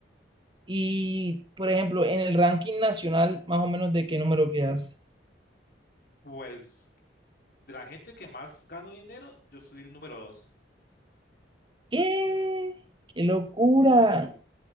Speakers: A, on the right; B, on the left.
A: Y, por ejemplo, en el ranking nacional, más o menos, ¿de qué número quedas?
B: Pues de la gente que más gano dinero, yo soy el número dos.
A: ¿Qué? ¡Qué locura!